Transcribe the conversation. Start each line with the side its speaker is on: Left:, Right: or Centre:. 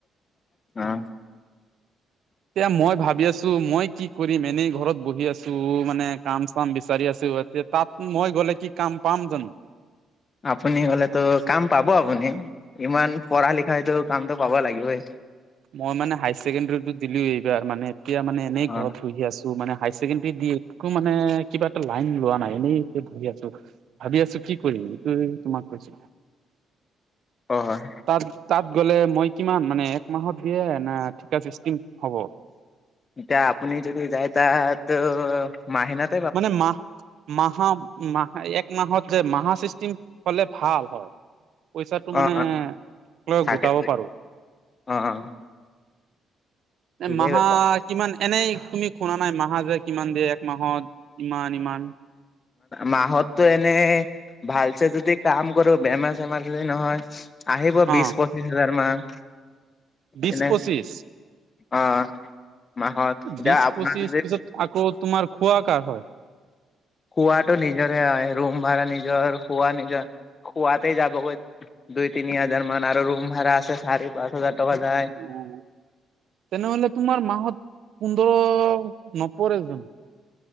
Left: অ
Right: এতিয়া মই ভাবি আছো মই কি কৰিম এনেই ঘৰত বহি আছো মানে কাম চাম বিচাৰি আছো এতিয়া তাত মই গ'লে কি কাম পাম জানো?
Left: আপুনি গলেতো কাম পাব আপুনি ইমান পঢ়া লিখাইতো কামটো পাব লাগিবই
Right: মই মানে হাইাৰ ছেকেণ্ডাৰী টো এইবাৰ মানে এতিয়া মানে এনেই
Left: অ
Right: ঘৰত বহি আছো মানে হাই ছেকেণ্ডৰী দি একো মানে কিবা এটা লাইন লোৱা নাই এনেই এতিয়া বহি আছো। ভাবি আছো কি কৰিম এইটো তোমাক কৈছোঁ
Left: অ হয়
Right: তাত তাত গ'লে মই কিমান মানে এক মাহত দিয়ে না ঠিকা চিচটিম হ'ব
Left: এতিয়া আপুনি যদি যায় তাত মাহেনত
Right: মানে মাহ মাহা মাহ এক মাহত যে মাহা সিষ্টিম হলে ভাল হয় পইচাটো মানে
Left: অ
Right: লৈ
Left: তাকেই
Right: গোটাব পাৰো
Left: অ অ', ঠিকেই
Right: এ মাহত
Left: কৈছা।
Right: কিমান এনেই তুমি হোনা নাই মাহা যে কিমান দিয়ে একমাহত ইমান ইমান
Left: মাহতো এনেই ভালছে যদি কাম কৰো বেমাৰ চেমাৰ যদি নহয় আহিব
Right: অ
Left: বিশ পঁচিশ হাজাৰ মান
Right: বিশছ
Left: এনে
Right: পঁচিছ
Left: অ মাহত এতিয়া
Right: বিশ
Left: আপোনাৰ
Right: পঁচিশ
Left: যদি
Right: পিছত আকৌ তোমাৰ খোৱা কাৰ হয়
Left: খুৱটো নিজৰে হয় ৰুম ভাড়া নিজৰ খোৱা নিজৰ খুৱাতে যাবগৈ দুই তিনি হাজাৰ মান আৰু ৰুম ভাড়া আছে চাৰি পাচ হাজাৰ টকা যায়
Right: উম তেনেহলে তোমাৰ মাহত পোন্ধৰ নপৰেজোন